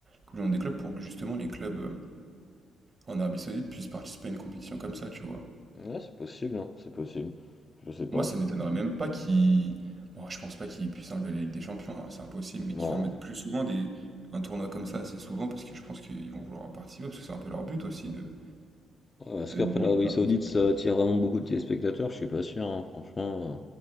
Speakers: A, on the right; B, on the left.
A: Coupe du Monde des clubs, pour que justement les clubs euh, en Arabie Saoudite puissent participer à une compétition comme ça, tu vois.
B: Ouais, c'est possible, hein, c'est possible. Je sais pas.
A: Moi, ça m'étonnerait même pas qu'ils. Bon, je pense pas qu'ils puissent enlever la Ligue des Champions, hein, c'est impossible, mais qu'ils
B: Non,
A: en mettent plus souvent des... un tournoi comme ça assez souvent parce que je pense qu'ils vont vouloir en participer parce que c'est un peu leur but aussi de
B: Ouais, Est-ce
A: d'être
B: qu'après
A: bon
B: l'Arabie
A: à l'international.
B: Saoudite ça attire vraiment beaucoup de téléspectateurs? Je suis pas sûr, hein, franchement, euh,